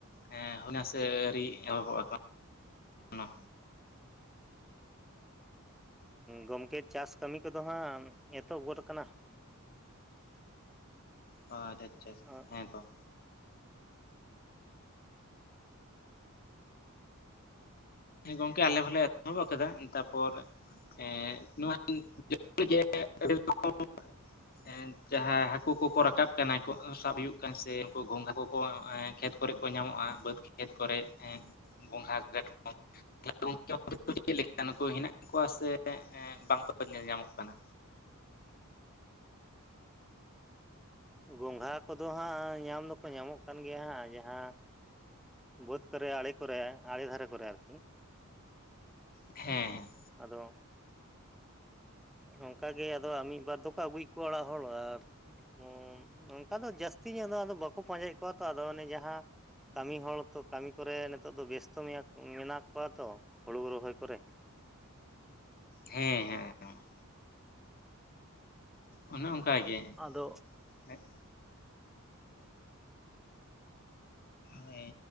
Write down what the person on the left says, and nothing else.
ᱦᱮᱸ ᱦᱩᱭᱱᱟ ᱥᱮ ᱟᱹᱨᱤ ᱮᱦᱚᱵᱚᱜ-ᱟ ᱮᱠᱷᱚᱱᱚ?
<unintelligible>
ᱦᱮᱸ ᱛᱚ᱾ ᱦᱮᱸ ᱜᱚᱝᱠᱮ ᱟᱞᱮ ᱦᱚᱸᱞᱮ ᱮᱛᱚᱦᱚᱵ ᱟᱠᱟᱫᱟ᱾ ᱛᱟᱨᱯᱚᱨ ᱮᱸᱜ ᱱᱚᱣᱟ <unintelligible> ᱡᱟᱦᱟᱸ ᱦᱟᱹᱠᱩ ᱠᱚᱠᱚ ᱨᱟᱠᱟᱵ ᱠᱟᱱᱟ ᱠᱚ, ᱥᱟᱵ ᱦᱩᱭᱩᱜ ᱠᱟᱱ ᱥᱮ ᱩᱱᱠᱩ ᱜᱚᱝᱜᱷᱟ ᱠᱚᱠᱚ ᱠᱷᱮᱛ ᱠᱚᱨᱮ ᱠᱚ ᱧᱟᱢᱚᱜᱼᱟ, ᱵᱟᱹᱫᱽ ᱠᱷᱮᱛ ᱠᱚᱨᱮ ᱜᱚᱸᱜᱷᱟ ᱠᱟᱴᱠᱚᱢ <unintelligible> ᱪᱮᱫ ᱞᱮᱠᱟ ᱱᱩᱠᱩ ᱦᱮᱱᱟᱜ ᱠᱚᱣᱟ ᱥᱮ ᱮᱸᱜ ᱵᱟᱝᱠᱚ ᱧᱮᱞ ᱧᱟᱢᱚᱜ ᱠᱟᱱᱟ?
ᱦᱮᱸ ᱦᱮᱸ᱾
ᱦᱚᱸ ᱦᱚᱸ ᱦᱚᱸ ᱾ ᱚᱱᱮ ᱚᱱᱠᱟᱭ ᱜᱮ ᱾
ᱦᱮᱸᱜ ᱾ ᱦᱳᱭ